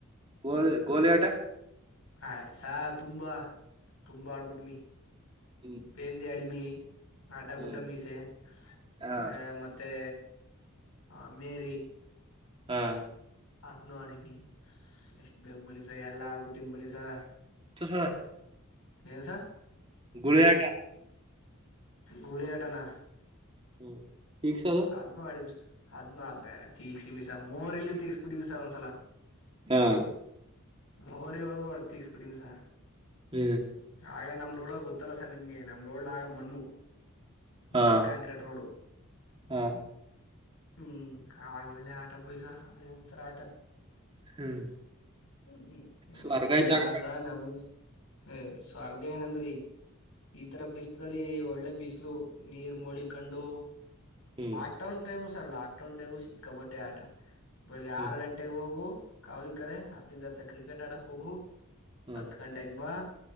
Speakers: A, on the right (about 25°); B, on the left (about 85°).
A: ಗೋಲಿ ಗೋಲಿ ಆಟ
B: ಹಾಯ್ ಸಾರ್ ತುಂಬಾ ತುಂಬಾ ಆಡ್ ಬುಟಿನಿ
A: ಹ್ಮ್
B: ಪೇಂದಿ ಅಡಿಮಿ ಹಡ್ಡ
A: ಹ್ಮ್
B: ಗುಟ್ಟ ಮೀಸೆ ಅ
A: ಹಾ
B: ಮತ್ತ್ ತ್ತ ಅಮೀರಿ.
A: ಹ್ಮ್
B: ಅದ್ ನೋಡಿಬಿ. ಎಷ್ಟ್ ಬೇಗ್ ಬನ್ನಿ ಸರ್ ಎಲ್ಲ ಆಗ್ಬಿಟ್ಟೀನ್ ಬನ್ನಿ ಸರ್
A: ಹ್ಮ
B: ಏನು ಸರ್
A: ಗುಳಿಯಾಟ.
B: ಗುಳಿಯಾಟನಾ?
A: ಹ್ಮ ಫಿಕ್ಸ್ ಅದ್
B: ಅದ್ ಆಡಿಮ್ಷ ಅದ್ನು ಅದ ತೀಕ್ಸ ನಿಮ್ಸ ಮೋರ್ ಇಲ್ಲಿ ತಕ್ಸ್ಬಿಟ್ಟಡಿಮ್ಸ ಒಂದ್ಸಲ
A: ಹಮ್
B: ಮೋರಿ ಒಳಗು <unintelligible> ಬಿಟ್ಟನೀ ಸಾರ್
A: ಹ್ಮ್
B: ಆಗ ನಮ್ ರೋಡದಾಗ ಗೊತ್ತಲ್ಲ ಸರ್ ನಿಮ್ಗೆ ನಮ್ ರೋಡ್ಲ ಆಗ ಮಣ್ಣು
A: ಹಾ
B: ಈಗ ಕಾಂಕ್ರೀಟ್ ರೋಡ್.
A: ಹಾ
B: ಹ್ಮ್ ಆಗ ಒಳ್ಳೆ ಆಟ ಬುಡಿಸರ್ ಅದೇ ಒಂತರ ಆಟ.
A: ಹ್ಮ್
B: ಹ ಹ
A: ಸ್ವರ್ಗ
B: ಈಗ
A: ಇದ್ದಾಗ
B: ನಾಮ್ ಸಹ ನಮ್ ಏ ಸ್ವರ್ಗ ಏನಂದ್ರೀ ಈತರ ಬಿಸ್ಲಲ್ಲಿ ಒಳ್ಳೆ ಬಿಸ್ಲು. ನೀರ್ ಮೂಳಿಕೊಂಡು
A: ಹ್ಮ್
B: lockdown time sir lockdown time ಸಿಕ್ಕಬಟ್ಟೆ ಆಟ ಬೆಳಗ್ಗೆ
A: ಹ್ಮ್
B: ಆರು ಗಂಟ್ ಟೇಗ್ ಹೋಗು ಕಾವಲಿ ಕಡೆ ಹತ್ತಂದ್ ಹತ್ತ ಕ್ರಿಕೆಟ್ ಆಡಕ್ ಹೋಗು
A: ಹ್ಮ್
B: ಹತ್ತು ಗಂಟೆ ಡೆಗ್ಬಾ